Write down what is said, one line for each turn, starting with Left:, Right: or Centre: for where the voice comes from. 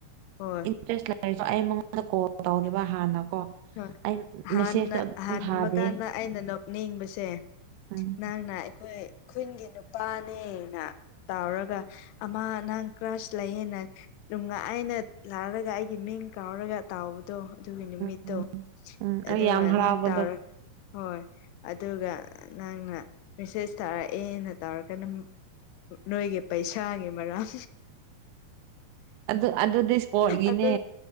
Left: ꯍꯣꯏ
Right: ꯗ꯭ꯔꯦꯁ ꯂꯩꯔꯖꯨ ꯑꯩ ꯃꯉꯣꯟꯗ ꯀꯣꯜ ꯇꯧꯗꯦꯕ ꯍꯥꯟꯅꯀꯣ
Left: ꯍꯣꯏ
Right: ꯑꯩ
Left: ꯍꯥꯟꯅ
Right: ꯃꯦꯁꯦꯖꯇꯣ ꯑꯗꯨꯝ
Left: ꯍꯟꯕ
Right: ꯊꯥꯗꯦ
Left: ꯀꯥꯟꯗ ꯑꯩꯅ ꯅꯣꯛꯅꯤꯡꯕꯁꯦ
Right: ꯎꯝ
Left: ꯅꯪꯅ ꯑꯩꯈꯣꯏ ꯈꯨꯟꯒꯤ ꯅꯨꯄꯥꯅꯦꯅ ꯇꯥꯎꯔꯒ ꯑꯃꯥ ꯅꯪ ꯀ꯭ꯔꯁ ꯂꯩꯌꯦꯅ ꯅꯨꯡꯉꯥꯏꯅ ꯂꯥꯛꯔꯒ ꯑꯩꯒꯤ ꯃꯤꯡ ꯀꯥꯎꯔꯒ ꯇꯥꯎꯕꯗꯣ ꯑꯗꯨꯒꯤ ꯅꯨꯃꯤꯠ
Right: ꯎꯝ ꯎꯝ ꯎꯝ
Left: ꯑꯗꯨꯒ
Right: ꯑꯩ ꯌꯥꯝ ꯍꯔꯥꯎꯕꯗꯣ
Left: ꯅꯪ ꯇꯥꯎꯔ ꯍꯣꯏ ꯑꯗꯨꯒ ꯅꯪꯅ ꯃꯦꯁꯦꯖ ꯊꯥꯔꯛꯑꯦꯅ ꯇꯧꯔꯒ ꯅꯝ ꯅꯣꯏꯒꯤ ꯄꯩꯁꯥꯒꯤ ꯃꯔꯝ
Right: ꯑꯗꯨ ꯑꯗꯨꯗꯤ ꯏꯁꯄꯣꯔꯠꯒꯤꯅꯦ
Left: ꯑꯗꯨ